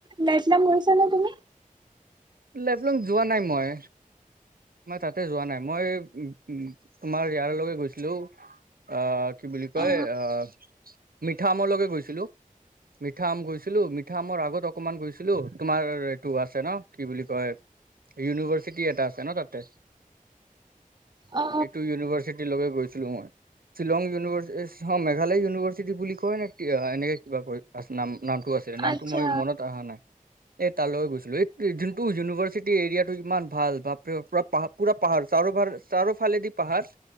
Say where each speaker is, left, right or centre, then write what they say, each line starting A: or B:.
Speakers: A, on the right; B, on the right.
A: লাইট লং গৈছা নে তুমি?
B: লাইভ লং যোৱা নাই মই। মই তাতে যোৱা নাই মই উ, উ, তোমাৰ ইয়াৰ লগে গৈছিলোঁ, অ', কি বুলি কয়
A: অ
B: অহ, মিঠা আম লৈকে গৈছিলোঁ। মিঠা আম গৈছ ছিলোঁ মি পিঠা মোৰ আগত অকমান গৈছিলোঁ, তোমাৰ এইটো আছে ন'। কি বুলি কয়? ইউনিভাৰ্চিটি এটা আছে ন' তাতে?
A: অ
B: এইটো ইউনিভাৰ্চিটি লগে গৈছ শ্বিলংৰ শ্বিলং ইউনিভাৰ্চি মেঘালয় ইউনিভাৰ্চিটি বুলি কয় নে এনেকৈ কিবা কৰি আছে নাম। নামটো আছিলে, নামটো
A: আচ্ছা
B: মই মনত অহা নাই এই তালৈ গৈছিলোঁ। এই যোনটো ইউনিভাৰ্চিটি এৰিয়াটো ইমান ভাল বাপ ৰে পুৰা পাহাৰ পুৰা পাহাৰ চাৰো পাহাৰ চাৰোফালেদি পাহাৰ